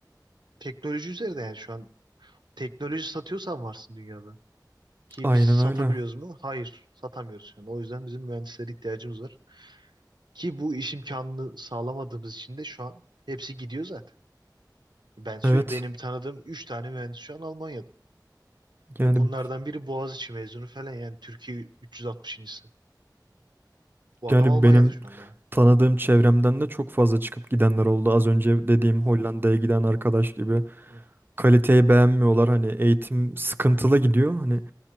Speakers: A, on the right; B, on the right.
A: teknoloji üzerinde yani şu an teknoloji satıyorsan varsın dünyada. Ki
B: Aynen
A: biz satabiliyoruz
B: öyle.
A: mu? Hayır, satamıyoruz şu an. O yüzden bizim mühendislere ihtiyacımız var. Ki bu iş imkanını sağlamadığımız için de şu an hepsi gidiyor zaten. Ben söyleyeyim
B: Evet.
A: benim tanıdığım 3 tane mühendis şu an Almanya'da.
B: Yani
A: Ve bunlardan biri Boğaziçi mezunu falan yani Türkiye 360.'sı. Bu
B: yani
A: adam Almanya'da
B: benim
A: şu anda.
B: tanıdığım çevremden de çok fazla çıkıp gidenler oldu. Az önce dediğim
A: Hı,
B: Hollanda'ya giden arkadaş gibi.
A: hı,
B: kaliteyi beğenmiyorlar. Hani eğitim sıkıntılı gidiyor. Hani
A: hı.